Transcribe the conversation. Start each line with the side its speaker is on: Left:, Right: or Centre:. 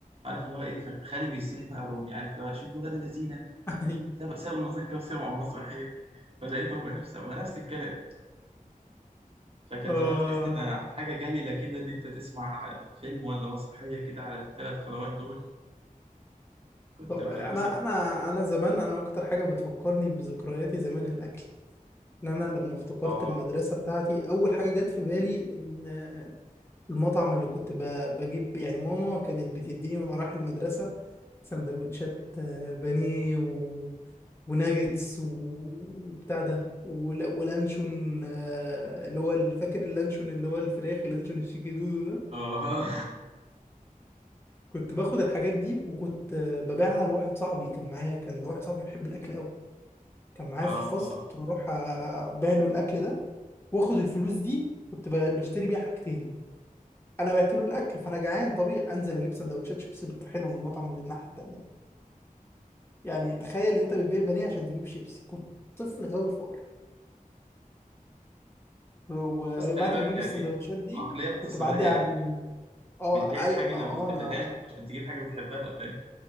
Right: عارف اللي هو ايه فخالي بيصيح بقى لأمي عارف اللي هو شوفوا ولاد الذين
Left: <laughs> ايوه
Right: سابوا سابوا المذاكرة وسمعوا المسرحية فلقيتهم نفس نفس الكلام فكانت
Left: اه
Right: زمان تحس ان حاجه جليله كده ان انت تسمع فيلم ولا مسرحيه كده على الثلاث قنوات دول كنت
Left: طب انا
Right: بتتبسط
Left: انا انا زمان انا اكتر حاجه بتفكرني بذكرياتي زمان الاكل ان انا لما افتكرت
Right: اه
Left: المدرسه بتاعتي اول حاجه جت في بالي ان المطعم اللي كنت ب- بجيب يعني ماما كانت بتديني وانا رايح المدرسة سندوتشات آه، بانيه و... وناجتس و... وبتاع ده ول... ولانشون آه، اللي هو ال- فاكر اللانشون اللي هو الفراخ اللانشون الشيكي دودو ده
Right: اه
Left: كنت باخد الحاجات دي وكنت آه، ببيعها لواحد صاحبي كان معايا كان واحد صاحبي بيحب الاكل قوي
Right: <laughs>
Left: كان معايا
Right: اه
Left: في الفصل كنت بروح ابيع له الاكل ده واخد الفلوس دي كنت ب- بشتري بيها حاجتين انا بعت له الاكل فانا جعان طبيعي انزل اجيب سندوتشات شيبسي بالطحينه من المطعم اللي الناحيه التانيه ده يعني تخيل ان انت بتبيع بانيه عشان تجيب شيبسي كنت طفل غاوي فقر وبعد
Right: بس خلي بالك
Left: ما اجيب
Right: يعني
Left: السندوتشات دي
Right: عقليه اقتصاديه
Left: كنت بعدي على
Right: يعني
Left: ال- اه
Right: بتبيع
Left: اي
Right: الحاجه
Left: ما
Right: اللي
Left: هو
Right: ما بتحبهاش
Left: انا انا
Right: عشان تجيب حاجه بتحبها فاهم